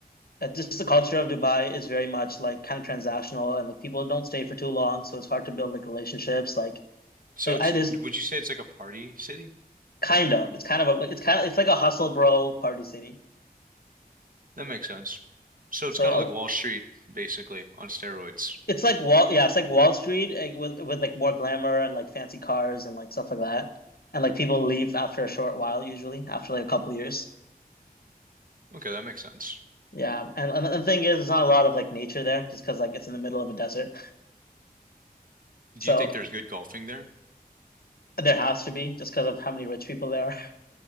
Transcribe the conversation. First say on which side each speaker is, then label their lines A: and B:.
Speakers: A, on the left (about 70°); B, on the right (about 60°).
A: uh, just the culture of Dubai is very much like kind of transactional and like people don't stay for too long, so it's hard to build like relationships. Like
B: So
A: like
B: it's,
A: I there's
B: would you say it's like a party city?
A: kind of it's kind of a, like it's kind of it's like a hustle bro party city.
B: That makes sense. So it's
A: So
B: kind
A: uh,
B: of like Wall Street, basically, on steroids.
A: It's like Wall, yeah, it's like Wall Street like, with with like more glamour and like fancy cars and like stuff like that. And like people leave after a short while usually, after like a couple years.
B: Okay, that makes sense.
A: Yeah, and, and the thing is, there's not a lot of like nature there, just because like it's in the middle of a desert.
B: Do
A: So
B: you think there's good golfing there?
A: there has to be, just because of how many rich people there are. <laughs>